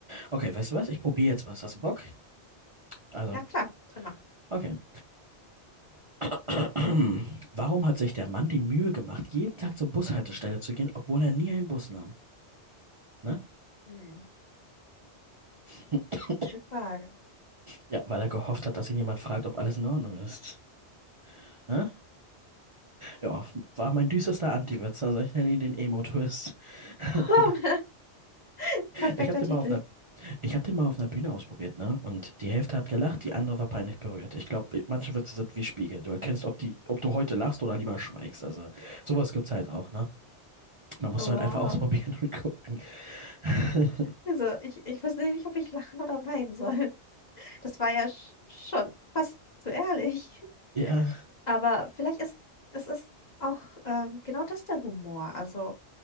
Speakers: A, on the right; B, on the left.
A: Okay, weißt du was? Ich probiere jetzt was. Hast du Bock? Also,
B: Ja, klar, immer.
A: okay. <clears throat> Warum hat sich der Mann die Mühe gemacht, jeden Tag zur Bushaltestelle zu gehen, obwohl er nie einen Bus nahm? Ne?
B: Hm,
A: <clears throat>
B: gute Frage.
A: Ja, weil er gehofft hat, dass ihn jemand fragt, ob alles in Ordnung ist. Ne? Ja, war mein düsterster Anti-Witz. Also ich nenne ihn den Emo-Twist. <laughs>
B: Oh, <laughs> Perfekter
A: Ich habe den
B: Titel.
A: mal auf einer, ich habe den mal auf einer Bühne ausprobiert, ne? Und die Hälfte hat gelacht, die andere war peinlich berührt. Ich glaube, manche Witze sind wie Spiegel. Du erkennst, ob die, ob du heute lachst oder lieber schweigst. Also sowas gibt's halt auch, ne? Da musst
B: Wow.
A: du halt einfach ausprobieren und gucken. <laughs>
B: Also, ich, ich wusste nicht, ob ich lachen oder weinen soll. Das war ja sch schon fast zu ehrlich.
A: ja.
B: Aber vielleicht ist es ist auch ähm, genau das der Humor. Also,